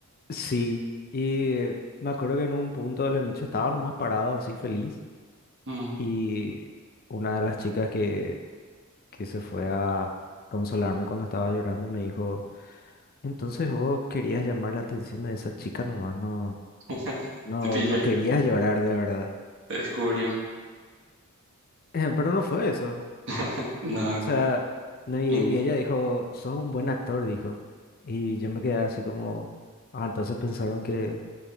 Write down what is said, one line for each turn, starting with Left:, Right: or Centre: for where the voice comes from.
Left: sí. Y me acuerdo que en un punto de la noche estaba nomás parado, así feliz.
Right: Ujú.
Left: Y una de las chicas que, que se fue a consolarme cuando estaba llorando me dijo, entonces vos querías llamar la atención de esa chica nomás, no,
Right: <laughs>
Left: no,
Right: Te pillé.
Left: no querías llorar de verdad.
Right: Te descubrió.
Left: <laughs> Pero no fue eso.
Right: <laughs> No,
Left: O sea, no, y, y
Right: in-
Left: ella dijo, sos un buen actor, dijo. Y yo me quedé así como, ah, entonces pensaron que,